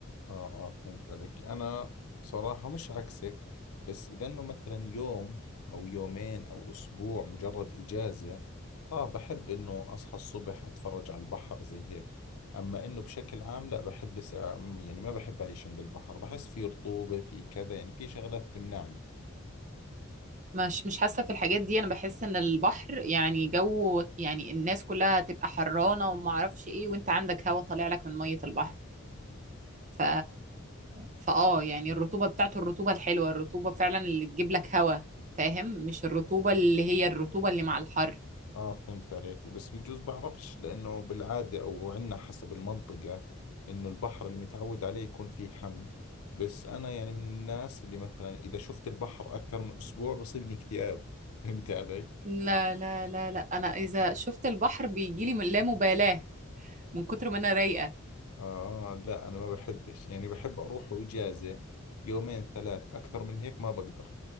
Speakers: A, on the left; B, on the right.
A: اه اه فهمت عليك انا صراحة مش عكسك بس اذا انه مثلا يوم او يومين او اسبوع مجرد اجازة اه بحب انه اصحى الصبح اتفرج على البحر زي هيك اما انه بشكل عام لا بحب سع- يعني ما بحب اعيش عند البحر بحس في رطوبة في كذا يعني في شغلات تمنعني
B: مش مش حاسة في الحاجات دي انا بحس ان البحر يعني جو يعني الناس كلها هتبقى حرانة وما اعرفش ايه وانت عندك هوا طالع لك من مية البحر ف فاه يعني الرطوبة بتاعته الرطوبة الحلوة الرطوبة فعلا اللي تجيب لك هوا فاهم مش الرطوبة اللي هي الرطوبة اللي مع الحر
A: اه فهمت عليك بس بجوز بعرفش لانه بالعاده او عندنا حسب المنطقه انه البحر اللي متعود عليه يكون فيه حم بس انا يعني من الناس اللي مثلا اذا شفت البحر اكثر من اسبوع بصيبني اكتئاب <laughs> فهمت علي
B: لا لا لا لا انا اذا شفت البحر بيجيلي من لا مبالاة من كتر ما انا رايقة
A: اه لا انا ما بحبش يعني بحب اروح اجازه يومين ثلاث اكثر من هيك ما بقدر